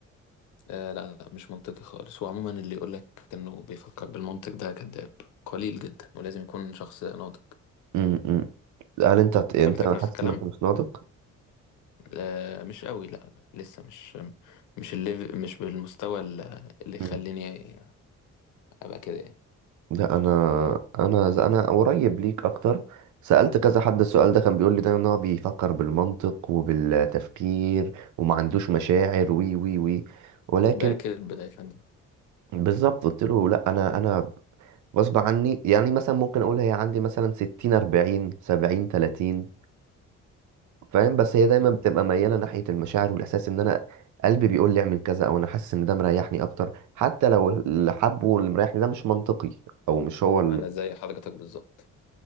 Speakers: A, on the left; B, on the right.
A: آه لا لا مش منطقي خالص وعموما اللي يقولك إنه بيفكر بالمنطق ده كذاب قليل جدا ولازم يكون شخص ناضج
B: مم. مم. هل انت هت- انت
A: حضرتك
B: انا
A: نفس
B: حاسس
A: الكلام
B: انك مش ناضج
A: لا مش قوي لا لا، لسه مش مش الليف مش بالمستوى ال- اللي يخليني
B: مم.
A: ابقى كده يعني
B: لا انا انا ز- انا قريب ليك اكتر سألت كذا حد السؤال ده كان بيقول لي دايما ان هو بيفكر بالمنطق وبالتفكير وما عندوش مشاعر وي وي وي ولكن
A: ده كذب ده يا فندم
B: بالظبط قلت له لا انا انا غصب عني يعني مثلا ممكن اقول هي عندي مثلا 60 40 70 30 فاهم بس هي دايما
A: مم.
B: بتبقى مياله ناحيه المشاعر والاحساس ان انا قلبي بيقول لي اعمل كذا او انا حاسس ان ده مريحني اكتر حتى لو اللي حبه واللي مريحني ده مش منطقي او مش هو
A: انا زي حضرتك بالظبط